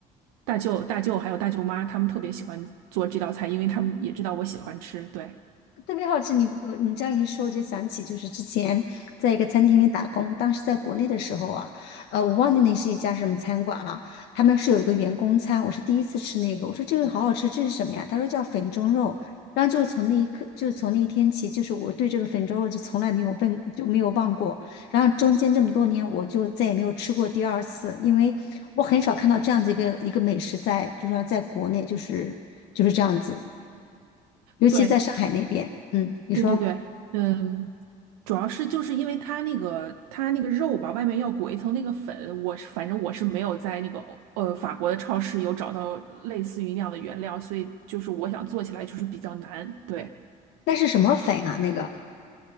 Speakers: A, on the right; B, on the left.
A: 大舅、大舅还有大舅妈，他们特别喜欢做这道菜，因为他们也知道我喜欢吃。对。
B: 特别好吃，你我你这样一说，我就想起就是之前在一个餐厅里打工，当时在国内的时候啊，呃，我忘记那是一家什么餐馆了，他们是有一个员工餐，我是第一次吃那个，我说这个好好吃，这是什么呀？他说叫粉蒸肉，然后就是从那一刻，就是从那一天起，就是我对这个粉蒸肉就从来没有问，就没有忘过，然后中间这么多年，我就再也没有吃过第二次，因为我很少看到这样子一个一个美食在，就是说在国内就是就是这样子，尤其在上海那边，
A: 对，
B: 嗯，你说。
A: 对对对，嗯，主要是就是因为它那个它那个肉吧，外面要裹一层那个粉，我是反正我是没有在那个欧呃法国的超市有找到类似于那样的原料，所以就是我想做起来就是比较难。对，
B: 那是什么粉啊？那个